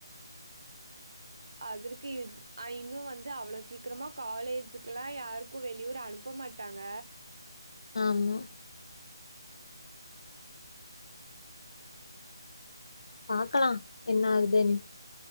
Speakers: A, on the right; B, on the left.
A: அதற்கு இது இன்னு வந்து அவ்ள சீக்கிரமா காலேஜுக்கு எல்லா யாருக்கு வெளியூர் அனுப்ப மாட் ட்டாங்க
B: ஆமா பாக்கலா என்ன ஆகுதுன்